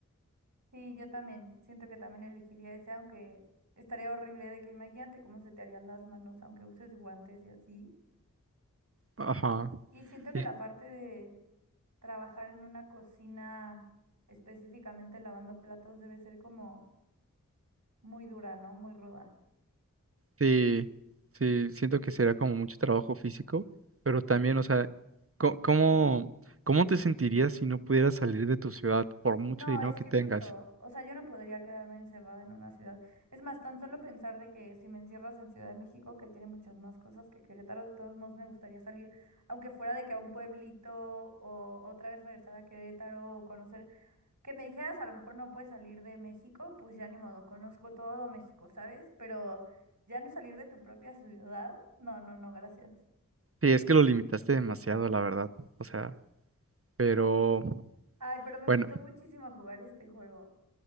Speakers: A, on the right; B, on the right.
A: Sí, yo también. Siento que también elegiría ese, aunque estaría horrible de que imagínate cómo se te harían las manos, aunque uses guantes y así.
B: Ajá.
A: Y siento que
B: Y-
A: la parte de trabajar en una cocina, específicamente lavando platos, debe ser como muy dura, ¿no? Muy ruda.
B: Sí, sí, siento que será como mucho trabajo físico, pero también, o sea, co- ¿cómo, cómo te sentirías si no pudieras salir de tu ciudad por mucho
A: No,
B: dinero
A: es
B: que
A: que
B: tengas?
A: justo, o sea, yo no podría quedarme encerrada en una ciudad. Es más, tan solo pensar de que si me encierras en Ciudad de México, que tiene muchas más cosas que Querétaro, de todos modos me gustaría salir, aunque fuera de que a un pueblito o otra vez regresar a Querétaro o conocer, que me dijeras a lo mejor no puedes salir de México, pues ya ni modo, conozco todo México, ¿sabes? Pero ya no salir de tu propia ciudad, no, no, no, gracias.
B: Sí, es que lo limitaste demasiado, la verdad. O sea, pero
A: Ay, pero me
B: bueno,
A: gustó muchísimo jugar este juego.